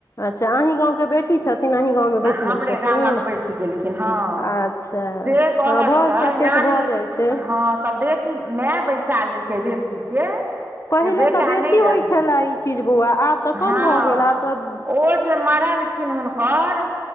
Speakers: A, on the left (about 40°); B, on the right (about 25°).
A: अच्छ अही गाँंव के बेटी की छथिन अहीं गाँवमे बैस
B: आ हमरे
A: गेल छथिन
B: गामक बैस गेलखिन हँ
A: अच्छा
B: से कहलकै
A: हँ भऽज कतेक
B: नानी
A: भऽ जाइ छै
B: हँ तऽ बेटी माय बैसा लेलकै बेटीके
A: पहिले
B: जे बेटा
A: तऽ बेसी
B: नहि रहै
A: होइत छलए ई चीज बौआ आब तऽ
B: हँ
A: कम भऽ गेल आब तऽ
B: ओ जे मरलखिन हुनकर